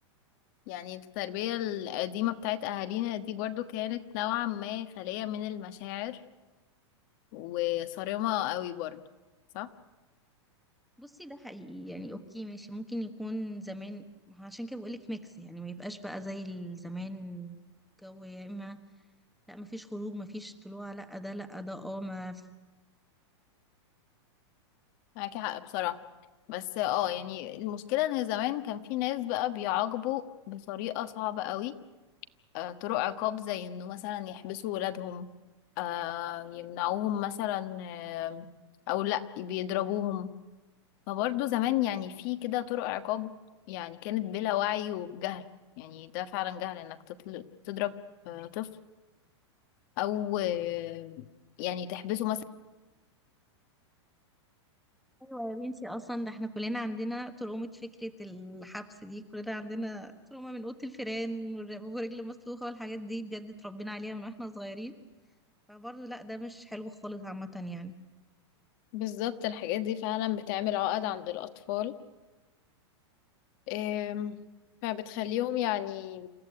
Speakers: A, on the left; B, in the centre.
A: يعني التربية القديمة بتاعت أهالينا دي برضو كانت نوعا ما خالية من المشاعر وصارمة قوي برضو صح؟
B: بصي ده حقيقي يعني اوكي ماشي ممكن يكون زمان ما هو عشان كده بقولك ميكس يعني ما يبقاش بقى زي زمان جو يا اما لا ما فيش خروج ما فيش طلوع لا ده لا ده اه ما في-
A: معاكي حق بصراحة بس اه يعني المشكلة ان زمان كان في ناس بقى بيعاقبوا بطريقة صعبة قوي آه طرق عقاب زي انه مثلا يحبسوا ولادهم آه يمنعوهم مثلا آه او لا بيضربوهم فبرضه زمان يعني في كده طرق عقاب يعني كانت بلا وعي وبجهل يعني ده فعلا جهل انك تطل... تضرب آه، طفل او آه، يعني تحبسه مثلا
B: ايوه يا بنتي اصلا ده احنا كلنا عندنا ترومة فكرة الحبس دي كلنا عندنا ترومة من اوضة الفيران والر- ورجل مسلوخة والحاجات دي بجد اتربينا عليها من واحنا صغيرين فبرضه لا ده مش حلو خالص عامة يعني
A: بالظبط الحاجات دي فعلا بتعمل عقد عند الأطفال أم، فبتخليهم يعني